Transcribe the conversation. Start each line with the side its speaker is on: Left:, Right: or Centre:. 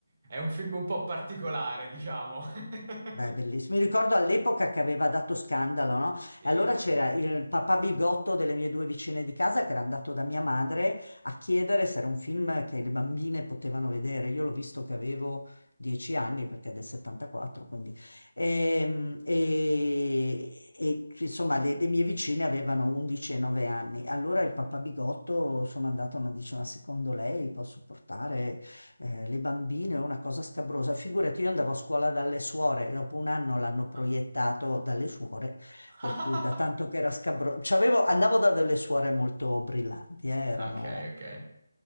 Right: è un film un po' particolare, diciamo. <laughs>
Left: Beh, bellissimo. Mi ricordo all'epoca che aveva dato scandalo, no?
Right: Sì,
Left: E allora
Right: a voglia.
Left: c'era il papà bigotto delle mie due vicine di casa che era andato da mia madre a chiedere se era un film che le bambine potevano vedere. Io l'ho visto che avevo dieci anni perché è del 74, quindi. Ehm, E, e, insomma, le, le mie vicine avevano 11 e 9 anni. Allora il papà bigotto, sono andato, ma dice, ma secondo lei posso portare eh, le bambine è una cosa scabrosa. Figurati, io andavo a scuola dalle suore, dopo un anno l'hanno proiettato
Right: Ah,
Left: dalle suore, per
Right: <laughs>
Left: cui da tanto che era scabroso. C'avevo, andavo da delle suore molto brillanti, eh, erano
Right: Ok, ok.